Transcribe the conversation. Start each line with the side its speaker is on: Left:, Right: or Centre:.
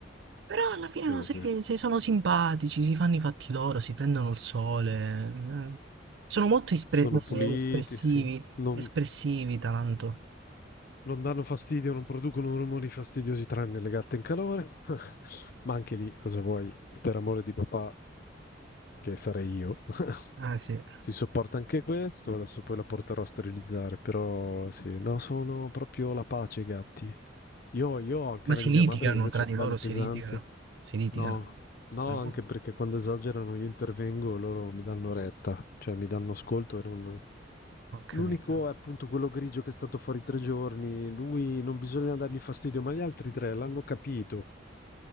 Right: Però alla fine
Left: Sì,
Right: no, sai
Left: sì.
Right: che se sono simpatici, si fanno i fatti loro, si prendono il sole. eh. Sono molto espre-
Left: Sono puliti,
Right: espressivi,
Left: sì. Non,
Right: espressivi Taranto.
Left: non danno fastidio, non producono rumori fastidiosi tranne le gatte in calore. <laughs> Ma anche lì, cosa vuoi? Per amore di papà, che sarei io. <laughs>
Right: Ah sì.
Left: Si sopporta anche questo, adesso poi la porterò a sterilizzare, però sì, no, sono proprio la pace i gatti. Io, io ho il
Right: Ma
Left: cane
Right: si
Left: di
Right: litigano
Left: mia madre che invece
Right: tra di
Left: è bello
Right: loro,
Left: pesante.
Right: si litigano. Si litigano.
Left: No, no,
Right: No?
Left: anche perché quando esagerano io intervengo e loro mi danno retta, cioè mi danno ascolto e non,
Right: Ho capito.
Left: L'unico è appunto quello grigio che è stato fuori tre giorni. Lui non bisogna dargli fastidio, ma gli altri tre l'hanno capito.